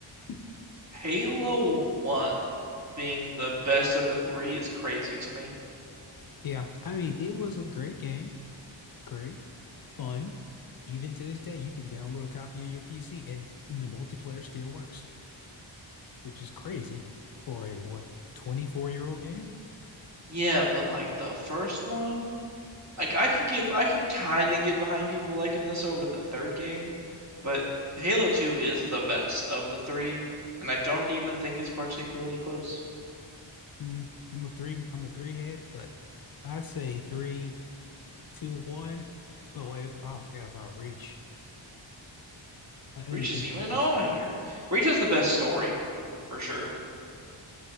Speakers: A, on the left; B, on the right.
A: <laughs>
B: Halo 1 being the best of the three is crazy to me.
A: Yeah, I mean it was a great game, great, fun. Even to this day, you can download a copy on your PC and the multiplayer still works, which is crazy for a what, 24 year old game?
B: Yeah, but like the first one, like I can get I can kind of get behind people liking this over the third game, but Halo 2 is the best of the three, and I don't even think it's particularly close.
A: Mm, I'm a three. I'm a three head, but I'd say three, two, one. Oh wait, oh, I forgot about reach. I didn't
B: Reach
A: even
B: isn't
A: think
B: even
A: about this.
B: on here. Reach has the best story, for sure.